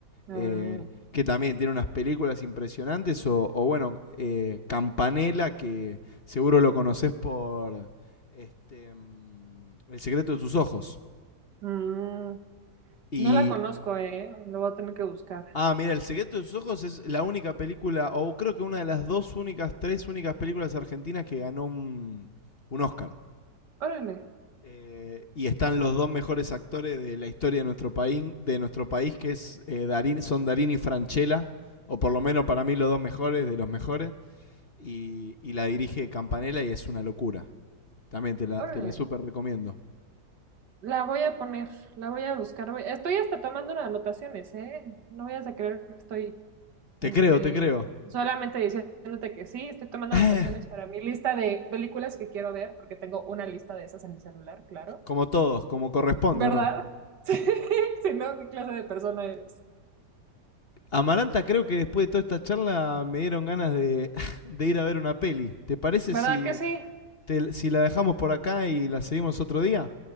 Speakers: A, on the right (about 80°); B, on the left (about 40°).
A: Mm,
B: eh, que también tiene unas películas impresionantes, o, o bueno, eh, Campanella, que seguro lo conoces por este, mm, El secreto de tus ojos.
A: mm.
B: Y
A: No la conozco, ¿eh? Lo voy a tener que buscar.
B: Ah, mira, El secreto de sus ojos es la única película, o creo que una de las dos únicas, tres únicas películas argentinas que ganó un, un Oscar.
A: Órale,
B: Eh, y están los dos mejores actores de la historia de nuestro país, de nuestro país que es, eh, Darín, son Darín y Franchella, o por lo menos para mí los dos mejores, de los mejores. Y, y la dirige Campanella y es una locura. También te la,
A: órale.
B: te la súper recomiendo.
A: La voy a poner, la voy a buscar. Voy- Estoy hasta tomando unas anotaciones, ¿eh? No vayas a creer que estoy,
B: Te
A: este,
B: creo, te creo. <clears throat>
A: solamente diciéndote que sí, estoy tomando
B: <laughs>
A: anotaciones para mi lista de películas que quiero ver, porque tengo una lista de esas en mi celular, claro.
B: Como todos, como corresponde
A: ¿Verdad?
B: o no.
A: <laughs> Sí, si no, ¿qué clase de persona eres?
B: Amaranta, creo que después de toda esta charla me dieron ganas de, <laughs> de ir a ver una peli. ¿Te parece
A: ¿Verdad
B: si,
A: que sí?
B: te- si la dejamos por acá y la seguimos otro día?